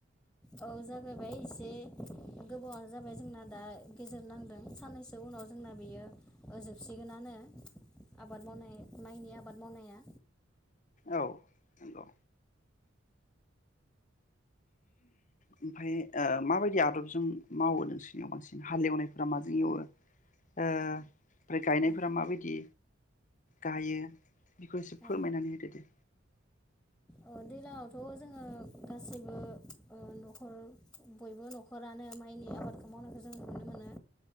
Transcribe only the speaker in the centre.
औ जागायबाय एसे गोबावानो जाबाय जोंना दा गेजेर नांदों साननैसो उनाव जोंना बेयो जोबसिगोनानो आबाद मावनाय माइनि आबाद मावनाया।
औ
औ
ओ दैलाङावथ जोङो गासैबो ओ नखर बयबो नखरानो माइनि आबादखौ मावनायखौ जों नुनो मोनो